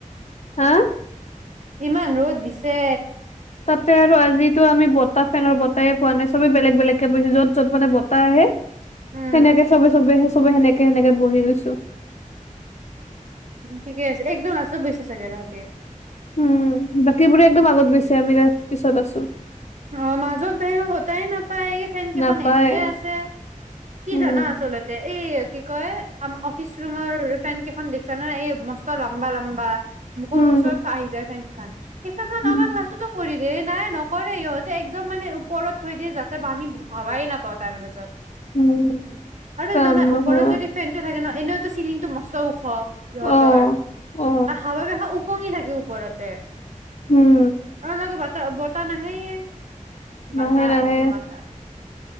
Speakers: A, on the left (about 55°); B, on the right (about 60°).
A: হা।
B: ইমান ৰ'দ দিছে।
A: তাতে আৰু আজিতো আমি বতাহ ফেনৰ বতাহ এ পোৱা নাই চবে বেলেগ বেলেগকে বহিছে য'ত য'ত মানে বতাহ আহে।
B: উম
A: সেনেকে চবে চবে। চবে সেনেকে সেনেকে বহি গৈছো
B: ঠিকে আছে একদম লাষ্টত‌ বহিছে চাগে তহতিঁয়ে
A: উম বাকীবোৰে একদম আগত গৈছে আমিকেইটা পিছত আছো।
B: অ মাজত বহে বতাহ নাপায় এই ফেন কেইখন
A: নাপায়
B: এনেহে আছে কি
A: উম
B: জানা আচলতে এই কি কয় আ অফিচ ৰুমৰ ফেন কেইখন দেখছা ন এই মস্ত লম্বা লম্বা মুখৰ‌
A: উম
B: ওচৰত আহি যায় থেংকছ সাৰ ইনষ্টগ্ৰম
A: উম
B: আমাৰ ক্লাচতো কৰি দে নাই নকৰে সিহঁত তাই একদম মানে ওপৰত থৈ দিয়ে যাতে আমি হাৱাই নাপাওঁ তাৰ পাছত
A: উম
B: আৰু
A: কাম
B: জানা
A: নোহোৱা
B: ওপৰত যদি ফেনতটো থাকে ন এনেওতো চিলিং টো মস্ত ওখ সিহঁতৰ
A: অ অ
B: হাৱা দেখা পঙি থাকে ওপৰতে
A: উম
B: আ আ ত বতাহ‌ নাহেয়ে বতাহ
A: নাহে নাহে
B: আহিব বতাহ